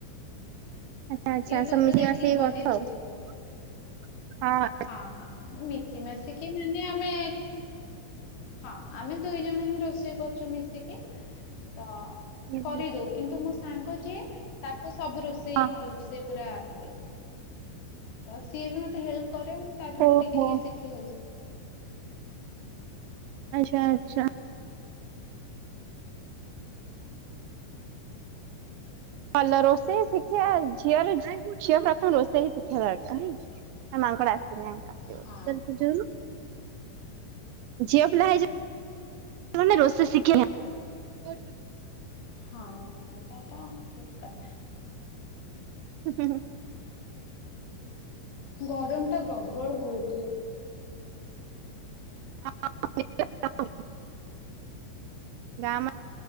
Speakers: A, on the right; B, on the left.
A: ଆଚ୍ଛା ଆଚ୍ଛା
B: ୟୁଟ୍ୟୁବରୁ
A: ସେମିତି
B: ଦେଖିକି
A: ଆସିକି
B: ବନେଇ
A: କରିଥାଉ
B: ଦଉଛି ସବୁ।
A: ହଁ ହଁ।
B: ହଁ ହଁ ମିଶିମାସିକି ମାନେ ଆମେ ହଁ ଆମେ ଦୁଇ ଜଣ ହିଁ ରୋଷେଇ କରୁଛୁ ମିଶି ଶିଖି ତ।
A: ଦେଖେ।
B: କରିଦଉ କିନ୍ତୁ ମୋ ସାଙ୍ଗ ଯେ ତାକୁ ସବୁ ରୋଷେଇ
A: ହଁ
B: ଭଲ ସେ ପୁରା ଆସେ। ସେ ତ ସିଏ ବି ମତେ ହେଲ୍ପ କରେ ମୁଁ ତାଠାରୁ
A: ଓହୋ
B: ଟିକେ ଟିକେ ଶିଖିଗଲି।
A: ଆଚ୍ଛା ଆଚ୍ଛା। ଭଲ ରୋଷେଇ ଶିଖିବା ଝିଅର ଝିଅ ପ୍ରଥମେ ରୋଷେଇ ଶିଖିବା ଦରକାର ମାଙ୍କଡ ଆ ରାଙ୍କ ଆସିବ
B: ହଁ
A: <inaudible> ଝିଅପିଲା ହେଇଛ--ମାନେ ରୋସେଇ ଶିଖିବା <inaudible>
B: ହଁ ସେଇଟା ତ ଠିକ୍ କଥା।
A: ହୁ ହୁଁ ହୁ।
B: ଗରମ ଟା ପ୍ରବଳ ହଉଚି।
A: <unintelligible>